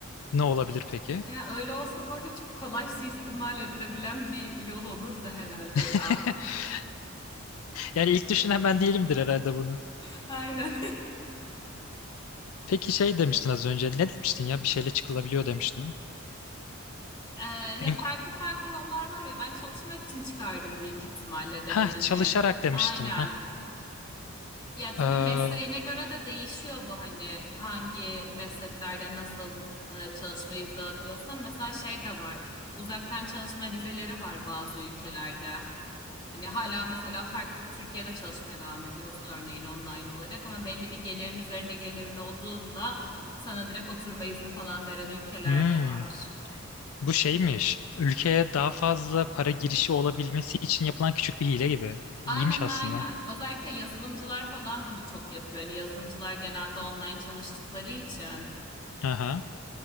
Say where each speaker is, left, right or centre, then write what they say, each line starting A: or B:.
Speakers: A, on the left (about 80°); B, on the left (about 25°).
A: ne olabilir peki?
B: Ya öyle olsa bu arada çok kolay suistimal edilebilen bir yol olurdu herhalde ya.
A: <laughs> Yani ilk düşünen ben değilimdir herhalde bunu.
B: <laughs> Aynen.
A: Peki şey demiştin az önce. Ne demiştin ya? Bir şeyle çıkılabiliyor demiştin.
B: Ee, ya
A: En
B: farklı farklı yollar var ya ben çalışmak için çıkardım büyük ihtimalle dedim
A: ha
B: hani
A: çalışarak demiştin.
B: aynen.
A: Ha.
B: Ya tabii
A: Ee,
B: mesleğine göre de değişiyor bu hani hangi mesleklerde nasıl e, çalışma izni alabiliyorsun. Ama Mesela şey de var uzaktan çalışma vizeleri var bazı ülkelerde. Hani hala mesela farklı bir Türkiye'de çalışmaya devam ediyorsun örneğin online olarak ama belli bir gelirin üzerinde gelirin olduğunda sana direkt oturma izni falan veren ülkeler
A: hmm,
B: de var.
A: bu şeymiş. Ülkeye daha fazla para girişi olabilmesi için yapılan küçük bir hile gibi.
B: Aynen
A: İyiymiş aslında.
B: aynen. Özellikle yazılımcılar falan bunu çok yapıyor. Yani yazılımcılar genelde online çalıştıkları için.
A: Aha.